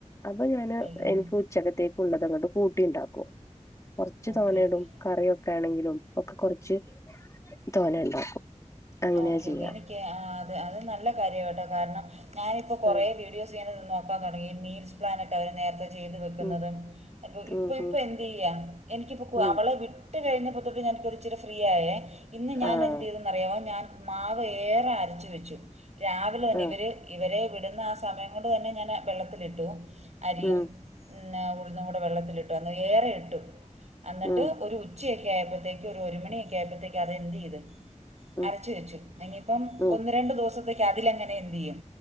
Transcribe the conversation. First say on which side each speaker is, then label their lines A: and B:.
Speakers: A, on the left; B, on the right.
A: അപ്പൊ ഞാന്
B: കഴിക്കുന്നു
A: എനിക്ക് ഉച്ചകത്തെ- ഉള്ളത് അങ്ങോട്ട് കൂട്ടി ഉണ്ടാക്കും കൊറച്ച്
B: ഓക്കെ
A: തോനെയിടും
B: ഓക്കെ
A: കറിയൊക്കെ ആണെങ്കിലും ഒക്കെ കൊറച്ച് തോനെ ഉണ്ടാക്കും അങ്ങനെയാ
B: ഓക്കേ
A: ചെയ്യാ
B: ഓക്കേ എനിക്ക് അത് അത് നല്ല കാര്യം കേട്ടോ കാരണം ഞാനിപ്പോൾ കൊറേ
A: ആഹ്
B: വീഡിയോസ് ഇങ്ങനെ നോക്ക- നക്കാ തുടങ്ങി മീൽസ് പ്ലാനൊക്കെ അവര് നേരത്തെ- ചെയ്ത് വെക്കുന്നതും
A: ഉം
B: ഇപ്പൊ
A: ഉം
B: യിപ്പൊ
A: ഉം
B: എന്ത് ചെയ്യ എനിക്കിപ്പോ
A: ഉം
B: അവളെ വി- തട്ട് കഴിഞ്ഞപ്പൊത്തോട്ട് ഞാനപ്പോ ഇച്ചിരി ഫ്രീയയെ ഇന്ന് ഞാൻ
A: ആഹ്
B: എന്ത് ചെയ്തെന്ന്റിയവോ - ഞാൻ മാവ് ഏറെ അരച്ച് വെച്ചു രാവിലെ തന്നെ
A: ആഹ്
B: ഇവര് ഇവരെ വിടുന്ന ആ സമയ- അതുകൊണ്ട് തന്നെ ഞാന് വെള്ളത്തിലിട്ടു അരിയും-
A: ഉം
B: പിന്നെ ഉഴുന്നും കൂടെ വെള്ളത്തിലിട്ടു അന്നേരം ഏറെ ഇട്ടു അന്നിട്ട്
A: ഉം
B: ഒരു ഉ- ച്യോയൊക്കായപ്പത്തേക്കും ഒരു ഒരു മണിയൊക്കെക്കായപ്പത്തേക്കും അത് എന്തെയ്ത്
A: ഉം
B: അരച്ച് വെച്ചു എനിയിപ്പം
A: ഉം
B: ഒന്ന് രണ്ട് ദിവസത്തേക്ക് അതിലങ്ങനെ എന്തെയ്യും